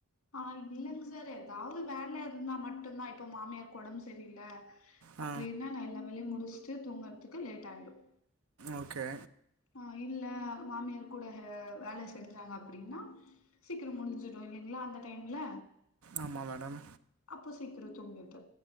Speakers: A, on the left; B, on the right.
A: ஆ இல்லைங்க சார் ஏதாவது வேலை இருந்தா மட்டும் தான் இப்போ மாமியாருக்கு உடம்பு சரியில்ல
B: ஆ
A: அப்படின்னா நான் எல்லா வேலையும் முடிச்சுட்டு தூங்குறதுக்கு லேட் ஆயிடும்
B: ஓகே
A: ஆ இல்ல மாமியார் கூட வேலை செஞ்சாங்க அப்படின்னா சீக்கிரம் முடிஞ்சிடும் இல்லைங்களா அந்த டைம்ல
B: ஆமாம் மேடம்
A: அப்போ சீக்கிரம் தூங்கிட்டோ